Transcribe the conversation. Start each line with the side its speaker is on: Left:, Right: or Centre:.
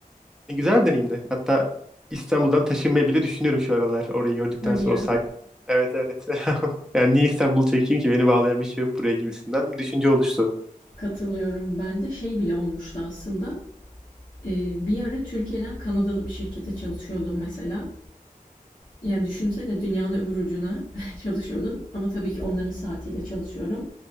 Centre: E, Güzel bir deneyimdi. Hatta İstanbul'dan taşınmayı bile düşünüyorum şu aralar. Orayı gördükten
Left: Hadi
Centre: sonra
Left: ya,
Centre: o sahil. Evet evet. <laughs> Yani niye İstanbul çekeyim ki? Beni bağlayan bir şey yok buraya gibisinden bir düşünce oluştu.
Left: katılıyorum. Ben de şey bile olmuştu aslında. Ee, bir ara Türkiye'den Kanadalı bir şirkete çalışıyordum mesela. Yani düşünsene dünyanın öbür ucuna <laughs> çalışıyordum ama tabii ki onların saatiyle çalışıyorum.